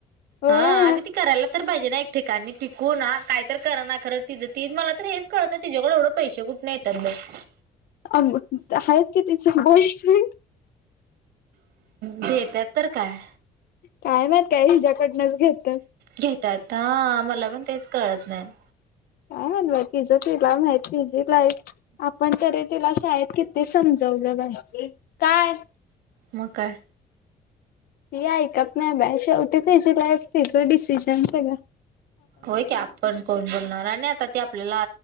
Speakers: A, on the left; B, on the right.
A: होय
B: हा अग ती करायला तर पाहिजे ना एक ठिकाणी टिकून ह कायतर करा ना खरं तिं तर मला तर हेच कळत नाही तिच्याकड एवढं पैसे कुठ नाही येतात बाई
A: अग आहेत की तिचं बोल की
B: देत्यात तर काय?
A: काय माहीत काय हिज्याकडनंच घेतो.
B: घेतात हा मला पण तेच कळत नाही.
A: काय माहीत बाई तिच तिला माहित तिझी लाईफ आपण तरी तिला शाळेत किती ते समजवलं पाहिे काय
B: मग काय
A: ती ऐकत नाही बाई शेवटी त्याची लाईफ तिचं डिसिजन सगळ
B: हो की आपण कोण बोलणार आणि आता ते आपल्याला